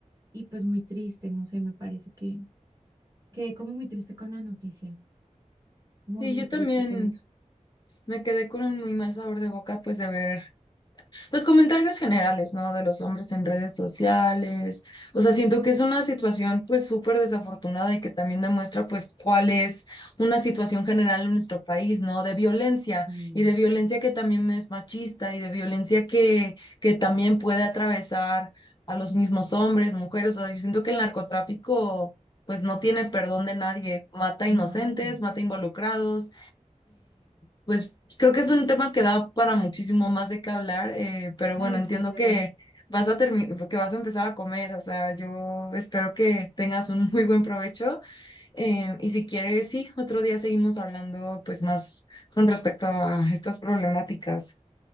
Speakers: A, on the right (about 25°); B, on the left (about 35°).
A: Y pues muy triste, no sé, me parece que quedé como muy triste con la noticia. Muy,
B: Sí,
A: muy
B: yo
A: triste
B: también
A: con eso.
B: me quedé con un muy mal sabor de boca, pues de ver. los comentarios generales, ¿no? De los hombres en redes sociales. O sea, siento que es una situación pues súper desafortunada y que también demuestra pues cuál es una situación general en nuestro país, ¿no? De violencia
A: Sí,
B: y de violencia que también es machista y de violencia que, que también puede atravesar a los mismos hombres, mujeres. O sea, yo siento que el narcotráfico pues no tiene perdón de nadie. Mata inocentes,
A: vale.
B: mata involucrados. Pues creo que es un tema que da para muchísimo más de qué hablar, eh, pero
A: Ay,
B: bueno, entiendo
A: sí, es verdad.
B: que vas a termi- que vas a empezar a comer, o sea, yo espero que tengas un muy buen provecho eh, y si quieres, sí, otro día seguimos hablando pues más con respecto a estas problemáticas.